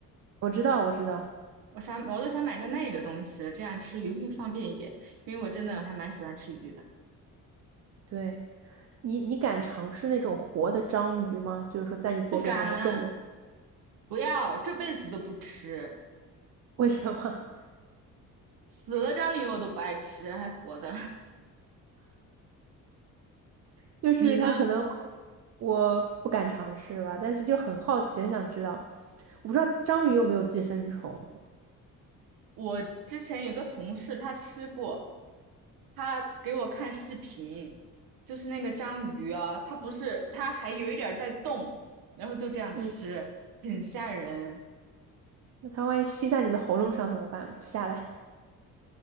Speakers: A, on the right; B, on the right.
A: 我知道，我知道。
B: 我想，我都想买个那个东西了这样吃鱼会方便一点，因为我真的还蛮喜欢吃鱼的。
A: 对，你你敢尝试那种活的章鱼吗？就是说在你嘴里还会动的，
B: 不敢，不要，这辈子都不吃，
A: <laughs> 为什么？
B: 死了章鱼我都不爱吃，还活的。<laughs>
A: <laughs> 就是它可能
B: 你呢？
A: 我不敢尝试吧，但是就很好奇，很想知道。我不知道章鱼有没有寄生虫，
B: 我之前有个同事，他吃过，他给我看视频，就是那个章鱼啊，它不是，它还有一点儿在动，然后就这样吃，
A: 嗯，
B: 很吓人。
A: 那它万一吸在你的喉咙上怎么办？不下来了。